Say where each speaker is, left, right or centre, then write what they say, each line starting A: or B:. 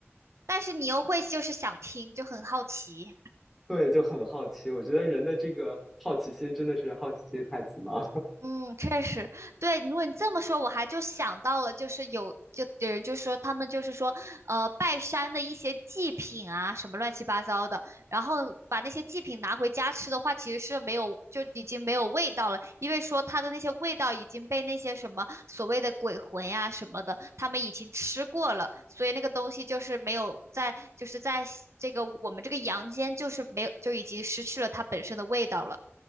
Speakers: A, on the right; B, in the centre.
A: 但是你又会就是想听，就很好奇。
B: 对，就很好奇，我觉得人的这个好奇心真的是好奇心害死猫，
A: 嗯，确实，对。如果你这么说，我还就想到了，就是有就有人就说他们就是说，呃，拜山的一些祭品啊，什么乱七八糟的，然后把那些祭品拿回家吃的话，其实是没有，就已经没有味道了，因为说它的那些味道已经被那些什么所谓的鬼魂呀、什么的，他们已经吃过了，所以那个东西就是没有在，就是在这个我们这个阳间，就是没有，就已经失去了它本身的味道了。